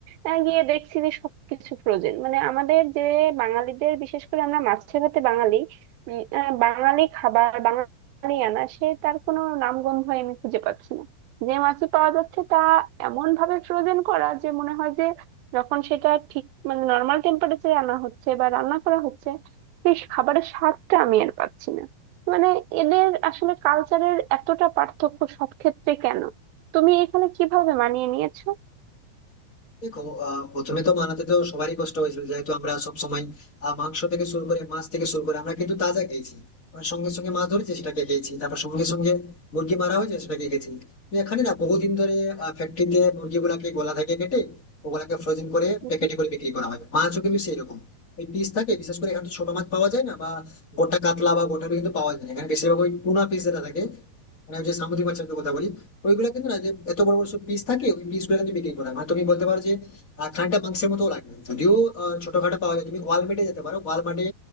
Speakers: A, on the right (about 80°); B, on the left (about 25°).
A: আহ, গিয়ে দেখছি যে সবকিছু ফ্রোজেন মানে আমাদের যে বাঙালিদের বিশেষ করে আমরা মাছে ভাতে বাঙালি উম, আহ, বাঙালি খাবার আনা সে তার কোনো নামগন্ধ আমি খুঁজে পাচ্ছি না যে মাছই পাওয়া যাচ্ছে তা এমন ভাবে ফ্রোজেন করা যে মনে হয় যে যখন সেটা ঠিক মানে নর্মাল টেম্পারেচারে আনা হচ্ছে বা রান্না করা হচ্ছে সেই খাবারের স্বাদটা আমি আর পাচ্ছি না মানে এদের আসলে কালচারের এতটা পার্থক্য সব ক্ষেত্রে কেন তুমি এখানে কিভাবে মানিয়ে নিয়েছো
B: দেখো আহ, প্রথমে তো বানাতে তো সবারই কষ্ট হয়েছিল যেহেতু আমরা সব সময় মাংস থেকে শুরু করে মাছ থেকে শুরু করে আমরা কিন্তু তাজা খেয়েছি আর সঙ্গে সঙ্গে মাছ ধরেছি সেটাকে খেয়েছি তারপর সঙ্গে সঙ্গে মুরগি মারা হয়েছে সেটাকে খেয়েছি তো এখানে না বহুদিন ধরে ফ্যাক্টরিতে মুরগিগুলাকে গলা থেকে কেটে ওগুলাকে ফ্রোজেন করে প্যাকেটে
A: হুম।
B: করে বিক্রি করা হয় মাছও কিন্তু সেই রকম ওই পিস থাকে বিশেষ করে এখানে তো ছোট মাছ পাওয়া যায় না বা গোটা কাতলা বা গোটা রুই কিন্তু পাওয়া যায় না এখানে বেশিরভাগ ওই টুনা পিস যেটা থাকে মানে ওই যে সামুদ্রিক মাছের তো কথা বলি ওইগুলা কিন্তু না যে এত বড় বড় সব পিস থাকে ওই পিস গুলো কিন্তু বিক্রি করা হয়। মানে তুমি বলতে পারো যে আহ, খানিকটা মাংসের মতো লাগে যদিও আহ, ছোটখাটো পাওয়া যায় তুমি ওয়ালমার্টে যেতে পারো ওয়ালমার্টে